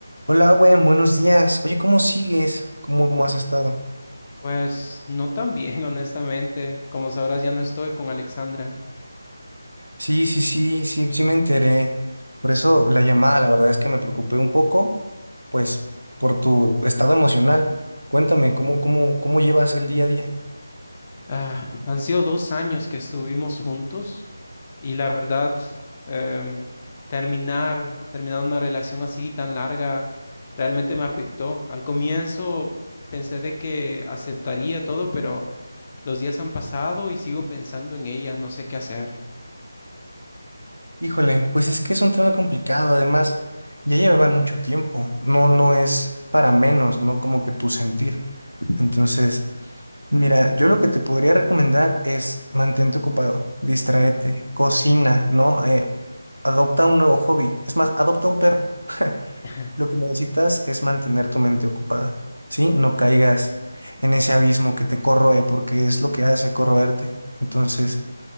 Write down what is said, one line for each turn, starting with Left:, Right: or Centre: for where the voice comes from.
Right: Hola, Owen, buenos días. Oye, ¿cómo sigues? ¿Cómo, cómo has estado?
Left: Pues no tan bien, <laughs> honestamente. Como sabrás, ya no estoy con Alexandra.
Right: Sí, sí, sí, sí, sí me enteré. Por eso la llamada, la verdad es que me preocupé un poco, pues, por tu estado emocional. Cuéntame, ¿cómo, cómo, cómo llevas el día a día?
Left: Ah, han sido dos años que estuvimos juntos y la verdad, em, terminar, terminar una relación así tan larga realmente me afectó. Al comienzo pensé de que aceptaría todo, pero los días han pasado y sigo pensando en ella, no sé qué hacer.
Right: Híjole, pues es que es un tema complicado. Además, ya llevaban mucho tiempo. No, no es para menos, ¿no? Como que tu sentir. Entonces, Mira, yo lo que te podría recomendar es mantente ocupado, distraete, cocina, ¿no? Eh, adopta un nuevo hobby. Es más, adopta un perro. <laughs>
Left: <laughs>
Right: Lo que necesitas es mantener tu mente ocupada, ¿sí? No caigas en ese abismo que te corroe, porque es lo que hace corroerte. Entonces,